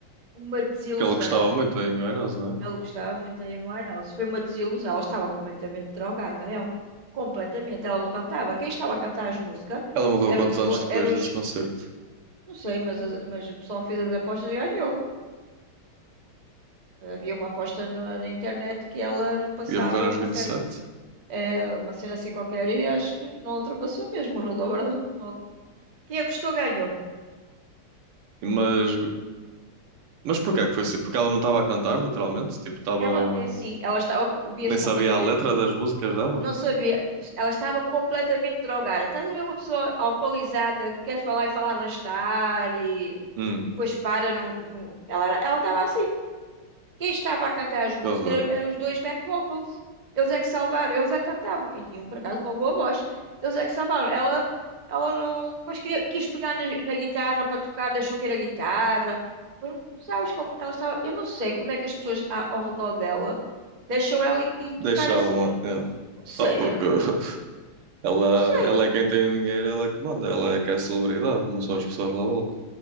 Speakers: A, on the right; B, on the right.
A: Uma desilusão.
B: que ele gostava muito, a Amy Winehouse, não é?
A: Ela gostava muito da Amy Winehouse. Foi uma desilusão. Ela estava completamente drogada, ela. Completamente. Ela não cantava. Quem estava a cantar as músicas
B: Ela morreu
A: eram
B: quantos
A: os...
B: anos
A: Do...
B: depois
A: eram
B: desse
A: os-
B: concerto?
A: Não sei, mas, a- mas o pessoal que fez as apostas ganhou. Havia uma aposta na, na internet que ela não passava
B: Ia morrer aos
A: uma
B: vinte
A: certa...
B: e sete
A: é, uma cena assim qualquer e acho que não ultrapassou mesmo. Rodou, rodou. Quem apostou ganhou.
B: Mas, mas porquê é que foi assim? Porque ela não estava a cantar, literalmente? Tipo, estava...
A: Ela, é assim, ela estava, co- via-se
B: Nem sabia
A: completamente
B: a letra das músicas dela?
A: Não sabia. Ela estava completamente drogada. Estás a ver uma pessoa alcoolizada que quer falar e fala arrastar e,
B: Hum,
A: e depois para no, no... Ela era- ela estava assim. Quem estava a cantar as músicas
B: que horror.
A: eram, eram os dois back vocals. Eles é que salvaram, eles é que cantavam. E tinham, por acaso, uma boa voz. Eles é que salvaram. Ela, ela não... Depois queria, quis pegar na, na guitarra para tocar, deixou cair a guitarra. Mas não- Sabes como que ela estava... Eu não sei como é que as pessoas a- ao redor dela deixam ela ir, ir tocar
B: Deixavam...
A: assim. Não sei.
B: Ah, porque
A: é.
B: <laughs> ela,
A: Não sei,
B: ela é quem tem o dinheiro, ela é que manda, ela é que é a celebridade, não são as pessoas lá à volta.